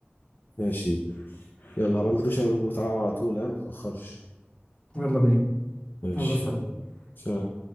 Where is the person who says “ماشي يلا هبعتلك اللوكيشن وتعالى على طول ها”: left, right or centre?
Left